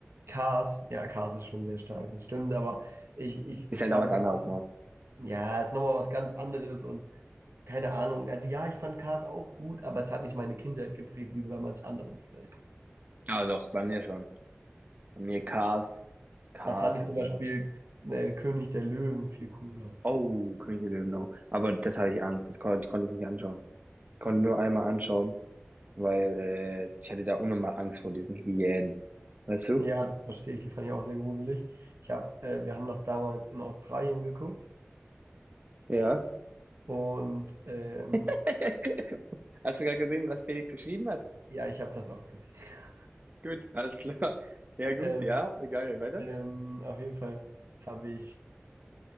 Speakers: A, on the right (about 85°); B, on the right (about 40°).
A: Cars, ja, Cars ist schon sehr stark, das stimmt, aber ich,
B: Ist
A: ich
B: halt
A: fand
B: auch was anderes, ne?
A: Hm. Ja, ist nochmal was ganz anderes und keine Ahnung. Also ja, ich fand Cars auch gut, aber es hat nicht meine Kindheit geprägt, wie bei manch anderem vielleicht.
B: Aber doch, bei mir schon. Bei mir Cars. Cars,
A: Da fand ich
B: was
A: zum
B: da
A: Beispiel
B: noch?
A: äh, König der Löwen viel cooler.
B: Oh, König der Löwen auch. Aber das hatte ich Angst. Das konnte, konnte ich nicht anschauen. Konnte nur einmal anschauen, weil äh, ich hatte da unnormal Angst vor diesen Hyänen. Weißt du?
A: Ja, das verstehe ich. Die fand ich auch sehr gruselig. Ich hab, äh, wir haben das damals in Australien geguckt
B: Ja.
A: und ähm,
B: <laughs> Hast du gerade gesehen, was Felix geschrieben hat?
A: ja, ich habe das auch gesehen. <laughs>
B: Gut, alles klar. Ja, gut,
A: Ähm,
B: ja, egal, weiter.
A: ähm, auf jeden Fall habe ich,